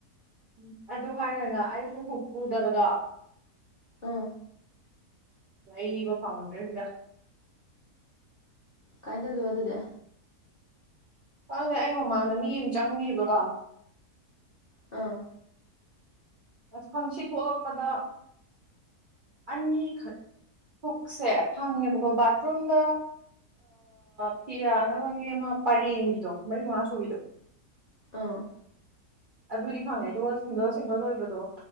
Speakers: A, on the right (about 60°); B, on the left (about 45°).
A: ꯎ ꯑꯗꯨ ꯍꯥꯏꯔꯒ ꯑꯩꯕꯨꯨꯛ ꯄꯨꯨꯗꯕꯗꯣ
B: ꯎꯝ
A: ꯂꯩꯕ ꯐꯪꯉꯟꯗ꯭ꯔꯦ ꯁꯤꯗ
B: ꯀꯥꯏꯅꯗꯧꯗꯣꯏꯕ ꯑꯗꯨꯗꯤ
A: ꯈꯪꯗꯦ ꯑꯩ ꯃꯃꯥꯡꯗ ꯃꯤ ꯑꯃ ꯆꯪꯉꯦꯕꯀꯣ
B: ꯑꯥ
A: ꯑꯁ ꯈꯪꯁꯤ ꯊꯣꯛꯂꯛꯄꯗ ꯑꯅꯤꯈꯛ ꯄꯨꯛꯁꯦ ꯐꯪꯉꯦꯕꯀꯣ ꯕꯥꯊꯔꯨꯝꯗ ꯐꯤ ꯌꯥꯅꯕꯒꯤ ꯑꯃ ꯄꯔꯦꯡꯒꯤꯗꯣ ꯃꯔꯤ ꯃꯉꯥ ꯁꯨꯕꯤꯗꯣ
B: ꯑꯥ
A: ꯑꯗꯨꯗꯤ ꯐꯪꯉꯦ ꯑꯗꯨꯒ ꯁꯤꯡꯒꯜ ꯁꯤꯡꯒꯜ ꯑꯣꯏꯕꯗꯣ